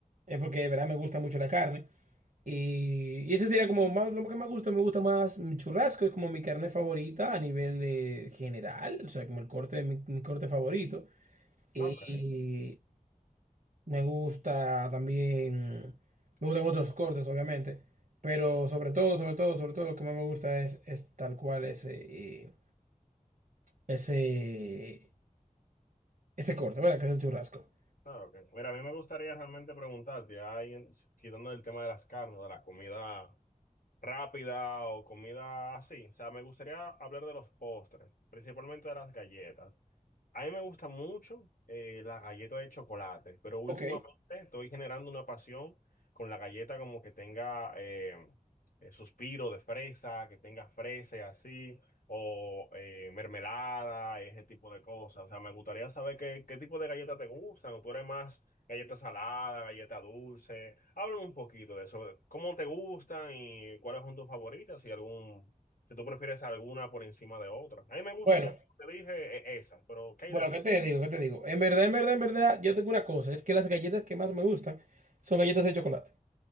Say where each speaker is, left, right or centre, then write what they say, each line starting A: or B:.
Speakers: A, on the right; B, on the left.
A: Es porque, de verdad, me gusta mucho la carne. Y, y ese sería como más, lo que me gusta, me gusta más mi churrasco, es como mi carne favorita a nivel eh, general, o sea, como el corte, mi, mi corte favorito. Y,
B: Ok.
A: me gusta también, me gustan otros cortes, obviamente, pero sobre todo, sobre todo, sobre todo, lo que más me gusta es, es tal cual ese, eh, ese, ese corte, ¿verdad? Que es el churrasco.
B: Ah, ok. Mira, a mí me gustaría realmente preguntarte, ahí en- quitando el tema de las carnes, de la comida. rápida o comida así. O sea, me gustaría hablar de los postres, principalmente de las galletas. A mí me gusta mucho eh, la galleta de chocolate, pero últimamente
A: Ok.
B: estoy generando una pasión con la galleta como que tenga eh, eh, suspiro de fresa, que tenga fresa y así, o eh, mermelada, ese tipo de cosas. O sea, me gustaría saber qué, qué tipo de galleta te gustan, o tú eres más galleta salada, galleta dulce. Háblame un poquito de eso, cómo te gustan y cuáles son tus favoritas, si algún, si tú prefieres alguna por encima de otra. A mí me gustan
A: Bueno,
B: ya te dije eh, esa, pero ¿qué hay
A: bueno,
B: de ti?
A: ¿qué te digo? ¿Qué te digo? En verdad, en verdad, en verdad, yo tengo una cosa, es que las galletas que más me gustan son galletas de chocolate.